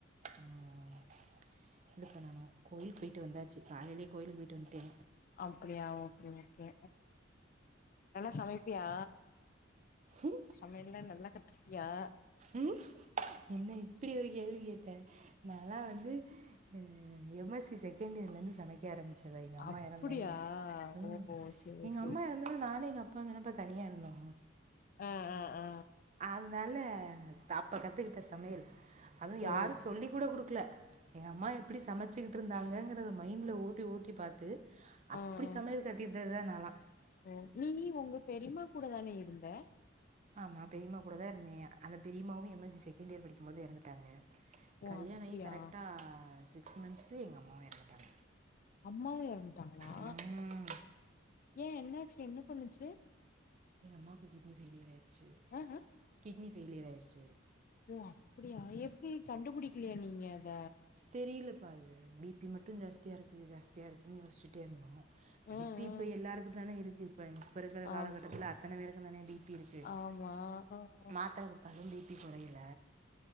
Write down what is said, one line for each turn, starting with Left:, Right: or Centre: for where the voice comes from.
Right: ம் இது பண்ணனு கோயில்க் போய்ட்டு வந்தாச்சு காலைலே கோயிலுக் போய்ட்டு வந்ட்டே
Left: அப்டியா ஓகே ஓகே நல்லா சமைப்பியா
Right: ம்
Left: சமையல்லா நல்லா கத்துக்கிட்டியா
Right: ம் என்ன இப்புடி ஒரு கேள்வி கேட்டே நா ல்லா வந்து அ எம் எஸ் சி செகண்டியர்லர்ந்து சமைக்க ஆரம்பிச்சதா எங்க அம்மா
Left: அப்டியா
Right: எறந்தவொன்னே ம்
Left: ஓ சேரி
Right: எங்க
Left: சேரி
Right: அம்மா எறந்ததும் நானு எங்க அப்பாவுந்தானப்ப தனியா இருந்தோ
Left: ஆ ஆ ஆ
Right: அதனால அப்ப கத்துக்கிட்ட சமையல் அதுவு
Left: ஓ
Right: யாரு சொல்லி கூட குடுக்கல எங்கள் அம்மா எப்புடி சமைச்சிக்கிட்டு இருந்தாங்கங்கிறத மைண்ட்ல ஓட்டி ஓட்டி பாத்து அப்புடி
Left: ஆ ஆ
Right: சமையல் கத்துக்கிட்டதுதா நால்லா
Left: ஓ நீ நீ உங்க பெரியமா கூட தானே இருந்த
Right: ஆமா பெரீயமா கூட தா இருந்தே அந்த பெரியம்மாவு எம் எஸ் சி செகண்டியர் படிக்கும்போது எறந்துட்டாங்க
Left: ஓ
Right: கல்யாணாயி
Left: அப்டியா
Right: கரெக்டா சிக்ஸ் மந்த்ஸு எங்க அம்மாவு எறங்துட்டாங்க
Left: அம்மாவு எறந்துட்டாங்களா
Right: ம்.
Left: ஏ என்னாச்சு என்ன பண்ணுச்சு
Right: ஏ அம்மாக்கு கிட்னி ஃபெயிலியராயிச்சு
Left: ஹ ஹ
Right: கிட்னி ஃபெயிலியர் ஆயிறுச்சு
Left: ஓ அப்புடியா எப்டி கண்டுபிடிக்கலையா நீங்க அத
Right: தெரியலப்பா அது பி பி மட்டு ஜாஸ்தியா இருக்கு ஜாஸ்தியா இருக்குதுன்னு யோசிச்ட்டே இருந்தோ பி
Left: ஆ ஆ
Right: பி இப்ப எல்லாருக்கு தானே இருக்கு இப்ப இப்ப இருக்குற காலகட்டத்துல
Left: ஆம்
Right: அத்தன பேருக்குந்தானே பி பி இருக்கு
Left: ஆமா ஆ ஆ
Right: மாத்தர கு த்தாலோ பி பி கொறயல